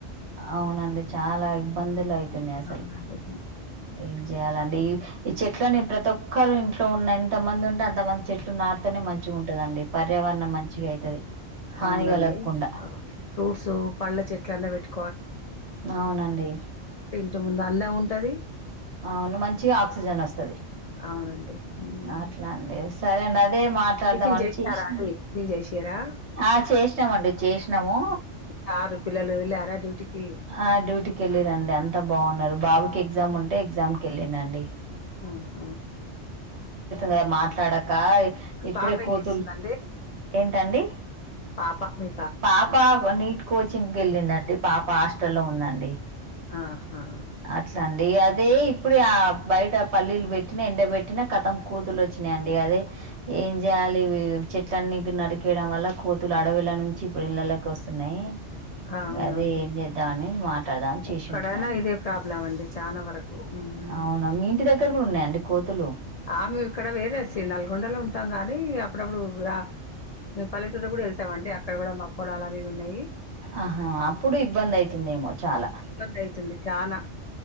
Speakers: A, on the right; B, on the left.
A: అవునండి చాలా ఇబ్బందులు అయితున్నాయి అసలు.
B: అవునండి.
A: ఏం చెయాలండి ఈ చెట్లని ప్రతీ ఒక్క. ఒక్కారు ఇంట్లో ఉన్నంత ఎంత మంది ఉంటే అంతమంది చెట్లు నాటుతేనే మంచిగ్ ఉంటాందండి. పర్యావరణం మంచిగ అయితది. హాని
B: అవ్నండి
A: కలగకుండా
B: అవును ఫ్రూట్స్ పళ్ళ చెట్లలన్ పెట్ట్.
A: అవ్నండి.
B: ఇంతకు ముందు అన్న ఉంటది.
A: అవ్ను మంచిగా ఆక్సిజన్ ఒస్తది.
B: అవునండి. హ్మ్
A: అట్లా అండి సరే అండి అదే మాట్లాడ్దామని
B: టిఫిన్ చేశారా
A: చేశ్నాండి.
B: అండి టిఫిన్ చేసిర్రా
A: ఆహ్ చేశ్నామండి
B: ఆహా!
A: చేశ్నాము.
B: సారు పిల్లలు ఎళ్ళారా డ్యూటీకి
A: ఆహ్ డ్యూటీకి ఏళ్ళి రండి అంతా బాగున్నారు బాబుకి ఎగ్జామ్ ఉంటే ఎగ్జామ్ కి ఏళ్ళిడండి.
B: ఆహ్.
A: కదా మాట్లాడాక ఇప్పుడే
B: పాప ఏం
A: కోతుళ్లు
B: చేస్తుందండి?
A: ఏంటండీ.
B: పాప మీ
A: పాప వాన్నిట్. కోచింగ్కి ఏళ్ళిందట్టి పాప హాస్టల్ లో ఉందండి
B: ఆహా!
A: అట్లాండి అద్. అదే ఇప్పుడే ఆ బైట పల్లీలు పెట్టినా ఎండబెట్టినా కతం కోతులు ఒచ్చినైయండి అదే. ఏం చేయాలి చెట్లన్ని నర్కేయడం వల్ల కోతులు అడవిల నుంచి. ఇప్పుడు ఇళ్లలకు ఒస్తున్నాయి
B: అవునండి.
A: ఇగ అద్. అదే ఏం చేద్దామని మాట్లాడ్దాం అని చేసింటనండి
B: ఎక్కడైనా ఇదే ప్రాబ్లం అండి చాలా వరకు ఉమ్.
A: ఆవును మీ ఇంటి దగ్గర్. అక్కడ కూడా ఉన్నాయండి కోతులు.
B: ఆహ్ మేమ్ ఇక్కడ వేరేసి నల్గొండలో ఉంటాం గానీ అప్పుడప్పుడు రా. మేమ్ పల్లెటూరులో కూడా ఏళ్తాం అండి అక్కడ్ కూడా మా పొలాలు అవి ఇవి ఉన్నాయి.
A: ఆహా! అప్పుడు ఇబ్బంది అయితుందేమో చాలా.
B: ఇబ్బంది అయితుంది చాలా